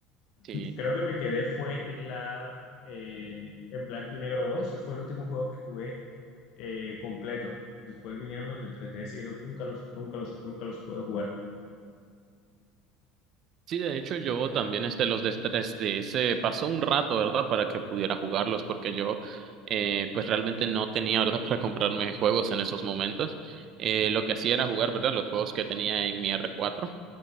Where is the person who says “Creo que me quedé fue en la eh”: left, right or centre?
Left